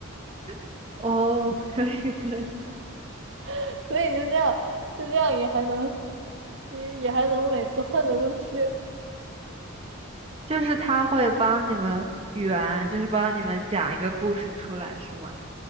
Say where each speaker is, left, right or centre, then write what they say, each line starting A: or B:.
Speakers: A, on the right; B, on the right.
A: <laughs> 哦，可以可以，
B: <laughs> 所以就这样就这样也还能也也还能每次混得过去。
A: 就是他会帮你们圆，就是帮你们讲一个故事出来，是吗？